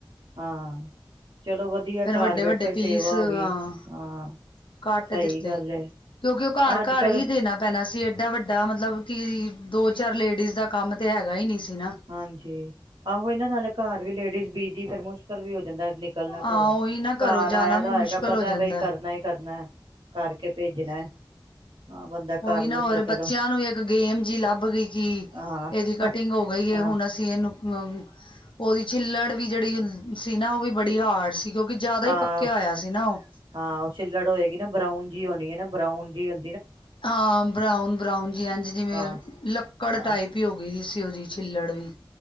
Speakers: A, on the right (about 85°); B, on the left (about 80°).
A: ਹਾਂ ਚਲੋ ਵਧੀਆ
B: ਫਿਰ
A: ਘਰ
B: ਵੱਡੇ
A: ਬੈਠੇ
B: ਵੱਡੇ ਪੀਸ
A: ਸੇਵਾ
B: ਅ
A: ਹੋ ਗਈ ਹਾਂ
B: ਕੱਟ
A: ਸਹੀ
B: ਦਿੱਤੇ
A: ਗੱਲ ਹੈ
B: ਕਿਉਂਕਿ ਉਹ ਘਰ
A: ਅੱਜ
B: ਘਰ
A: ਕੱਲ
B: ਹੀ ਦੇਣਾ ਪੈਣਾ ਸੀ ਏਡਾ ਵੱਡਾ ਦਾ ਮਤਲਬ ਕਿ ਦੋ ਚਾਰ ਲੇਡੀਜ਼ ਦਾ ਕੰਮ ਤੇ ਹੈਗਾ ਹੀ ਨਹੀਂ ਸੀ ਨਾ
A: ਹਾਂਜੀ ਆਹੋ ਇਹਨਾਂ ਨਾਲ ਘਰ ਵੀ ਲੇਡੀਜ਼ ਬੀਜੀਮ ਮੁਸ਼ਕਿਲ ਵੀ ਜਾਂਦਾ ਨਿਕਲਣਾ
B: ਹਾਂ
A: ਘਰੋਂ
B: ਉਹੀ ਨਾ ਘਰੋਂ
A: ਘਰ
B: ਜਾਣਾ
A: ਆਇਆ
B: ਵੀ
A: ਤਾਂ
B: ਮੁਸ਼ਕਿਲ
A: ਹੋਏਗਾ ਪਤਾ
B: ਹੋ ਜਾਂਦਾ
A: ਬਾਈ ਕਰਨਾ ਹੀ ਕਰਨਾ ਕਰਕੇ ਭੇਜਣਾ ਹਾਂ ਬੰਦਾ ਕਰ
B: ਉਈ
A: ਲੈਂਦਾ
B: ਨਾ ਹੋਰ
A: ਚਲੋ
B: ਬੱਚਿਆਂ ਨੂੰ ਇੱਕ ਗੇਮ ਜਿਹੀ ਲੱਭ ਗਈ ਕਿ
A: ਹਾਂ
B: ਇਹਦੀ
A: ਹਾਂ
B: ਕਟਿੰਗ ਹੋ ਗਈ
A: ਹਾਂ
B: ਹੁਣ ਅਸੀਂ ਇਹਨੂੰ ਵਵੂ ਔਦੀ ਛਿੱਲੜ ਵੀ ਜੇੜੀ ਹੁੰਦੀ ਦੀ ਨਾ ਔਵੀ ਬੜੀ ਹਾਰਡ ਸੀ ਕਿਓਂਕਿ ਜੈਦਾ
A: ਆਹ
B: ਈ ਪੱਕਿਆ ਹੋਇਆ ਸੀ ਨਾ ਓਹ।
A: ਹਾਂ ਉਹ ਛਿੱਲੜ ਹੋਏਗੀ ਨਾ ਬਰਾਊਨ ਜੀ ਹੋਣੀ ਏ ਨਾ ਬਰਾਊਨ ਜੀ ਹੁੰ
B: ਹਾਂ, ਬਰਾਉਨ ਬਰਾਊਨ ਜੀ ਹਂਜੀ ਜਿਵੇਂ
A: ਹਾਂ
B: ਲੱਕੜ
A: ਹਾਂ
B: ਟਾਈਪ ਈ ਹੋ ਗੀ ਦੀਸੀ ਔਦੀ ਛਿੱਲੜ ਵੀ।